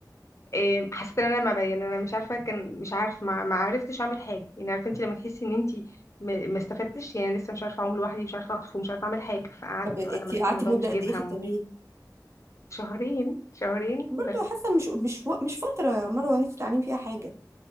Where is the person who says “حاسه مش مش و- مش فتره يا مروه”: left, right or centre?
Right